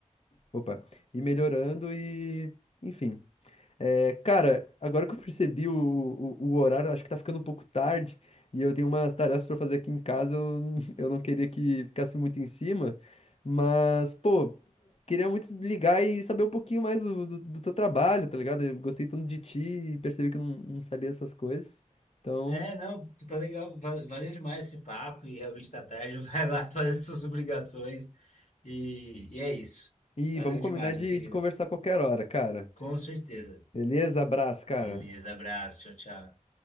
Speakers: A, on the left; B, on the left.
A: opa, ir melhorando e, enfim. É, cara, agora que eu percebi o, o, o horário, acho que tá ficando um pouco tarde e eu tenho umas tarefas pra fazer aqui em casa. Eu, n- <laughs> eu não queria que ficasse muito em cima, mas, pô, queria muito ligar e saber um pouquinho mais do, do, do teu trabalho, tá ligado? Eu gostei tanto de ti e percebi que eu não, não sabia essas coisas. Então,
B: É, não, tá legal. Va- Valeu demais esse papo e realmente tá tarde. <laughs> Vai lá fazer suas obrigações. E, e é isso.
A: e
B: Valeu
A: vamos
B: demais,
A: combinar de,
B: meu querido.
A: de conversar a qualquer hora, cara.
B: Com certeza.
A: Beleza? Abraço, cara.
B: Beleza, abraço. Tchau, tchau.